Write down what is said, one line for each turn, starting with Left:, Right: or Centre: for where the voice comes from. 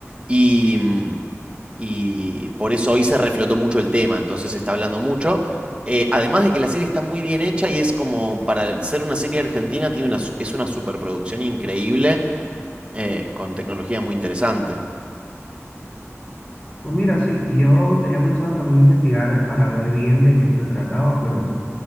Right: Y, mm, y por eso hoy se reflotó mucho el tema, entonces se está hablando mucho. Eh, además de que la serie está muy bien hecha y es como para ser una serie argentina, tiene una, es una superproducción increíble eh, con tecnología muy interesante.
Left: Pues mira, sí, yo tenía pensado también investigar para ver bien de qué se trataba, pero...